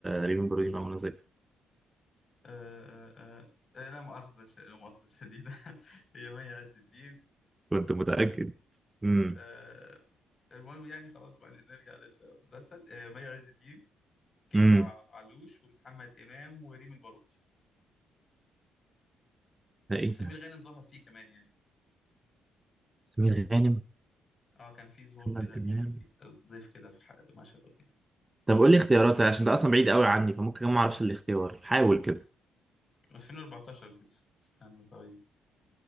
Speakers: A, on the right; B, on the left.
A: ريمي البارودي مع منى زكي
B: آه، آه، آه، آه، لا مؤاخذة ش- لا مؤاخذة شديدة <laughs> هي مي عز الدين
A: كنت متاكد امم
B: آه، المهم يعني خلاص بقى نرجع للمسلسل آه، مي عز الدين كندا
A: امم
B: علوش ومحمد إمام وريم الباروكي
A: ده ايه
B: وسمير
A: ده؟
B: غانم ظهر فيه كمان يعني
A: سمير غانم
B: اه كان في ظهور
A: تمام
B: كده
A: تمام
B: ليه خفيف ضيف كده في ح- مشهد او اتنين
A: طب قول لي اختيارات عشان ده اصلا بعيد قوي عني فممكن كمان ما اعرفش الاختيار حاول كده
B: 2014 الفكرة استنى طيب